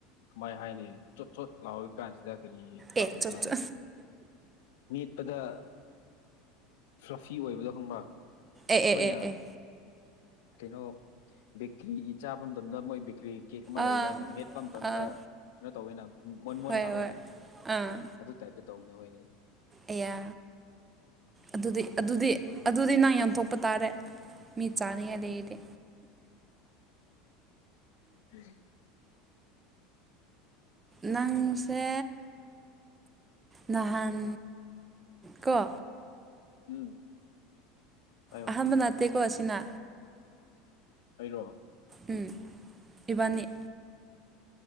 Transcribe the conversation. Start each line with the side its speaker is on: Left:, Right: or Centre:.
Left: ꯀꯃꯥꯏ ꯍꯥꯏꯅꯤ ꯆꯣꯠ ꯆꯣꯠ ꯂꯥꯎꯏ ꯀꯥꯟꯁꯤꯗ ꯀꯔꯤ ꯀꯪꯕ
Right: ꯑꯦ ꯆꯣ ꯆꯣ
Left: ꯃꯦꯠꯄꯗ ꯁ꯭ꯔꯐꯤ ꯑꯣꯏꯕꯗꯣ ꯈꯪꯕ
Right: ꯑꯦ
Left: ꯑꯩꯈꯣꯏꯅ
Right: ꯑꯦ ꯑꯦ ꯑꯦ
Left: ꯀꯩꯅꯣ ꯕꯦꯀ꯭ꯔꯤꯒꯤ ꯆꯥꯕ ꯃꯇꯝꯗ ꯃꯣꯏ ꯕꯦꯀ꯭ꯔꯤ ꯀꯦꯛ ꯑꯃ
Right: ꯑꯥ
Left: ꯂꯩꯗꯥꯏꯅ ꯃꯦꯠꯄ ꯃꯇꯝꯗ
Right: ꯑꯥ
Left: ꯀꯩꯅꯣ ꯇꯧꯋꯦꯅ ꯃꯣꯟ ꯃꯣꯟ
Right: ꯍꯣꯏ
Left: ꯂꯥꯛꯑꯣꯏꯅ
Right: ꯍꯣꯏ ꯑꯥ
Left: ꯑꯗꯨ ꯇꯥꯏꯞꯇ ꯇꯧꯅꯦ ꯍꯣꯏꯗꯤ
Right: ꯑꯌꯥ ꯑꯗꯨꯗꯤ ꯑꯗꯨꯗꯤ ꯑꯗꯨꯗꯤ ꯅꯪ ꯌꯥꯝꯟꯊꯣꯛꯄ ꯇꯥꯔꯦ ꯃꯤ ꯆꯥꯅꯤꯉꯥꯏ ꯂꯩꯗ
Left: ꯍꯝ
Right: ꯅꯪꯁꯦ ꯅꯍꯥꯟ ꯀ
Left: ꯎꯝ ꯍꯥꯏꯌꯣ
Right: ꯑꯍꯥꯟꯕ ꯅꯥꯠꯇꯦꯀꯣ ꯑꯁꯤꯅ
Left: ꯑꯩꯔꯣ
Right: ꯎꯝ ꯏꯕꯥꯅꯤ